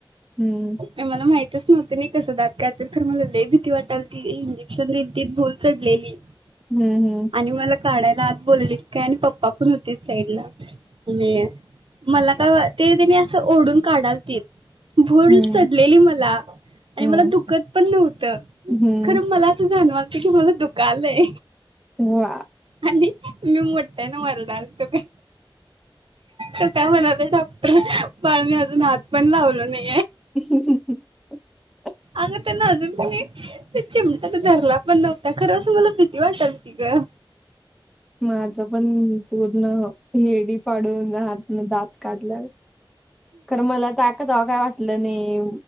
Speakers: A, in the centre; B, on the right (about 70°).
A: हम्म
B: मला माहिती हते नाही कसं दात काढ तर मला लले भीती वाटाल ती इंजेक्शन दिली ती भूल चढलेली.
A: हम्म हम्म.
B: आणि मला काढायला आत बोलवलीत काय आणि पप्पा पण होते साईडला आणि मला का वा ते त्यांनी असं ओढून काढालतीत. भूल
A: हम्म
B: चढलेली मला आणि
A: हम्म
B: मला दुखत पण नव्हतं
A: हम्म
B: खरं मला असं जाण हित मला दुकालय.
A: वा.
B: आणि मी मोठ्यानं वरडालतो काय. त काय म्हणालय. पण मी अजून हात पण लावलो नाही.
A: हम्म हम् <inaudible>
B: अग त्यां ना अजून कणी ते चिमट्यात धरला पण नव्हता खरं असं मला भीती वाटलती ग.
A: माझं पण पूर्ण हिरडी फाडून आतनं दात काढलाय. खरं मला <unintelligible> लं नाही